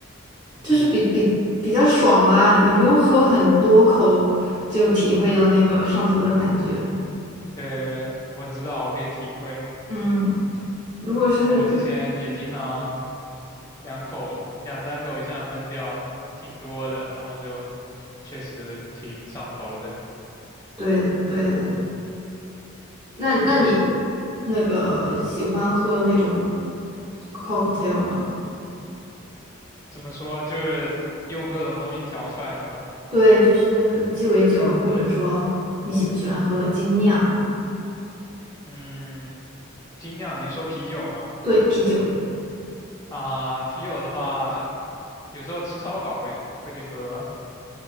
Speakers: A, on the right (about 20°); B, on the left (about 15°).
A: 就是比比比较爽吧，
B: 嗯。
A: 你不用喝很多口就体会到那个上头的感觉。
B: 对，我知道，我可以体会。
A: 嗯，如果是
B: 我之前也经常两口、两三口一下闷掉，挺多的，然后就确实挺上头的。
A: 对的对的，那那你那个喜欢喝那种 cocktail 吗？
B: 怎么说，就是用各种东西调出来的嘛。
A: 对，就是鸡尾酒，或者说你喜不喜欢喝精酿？
B: 嗯，精酿，你是说啤酒吗？
A: 对，啤酒。
B: 啊，啤酒的话，有时候吃烧烤会会去喝。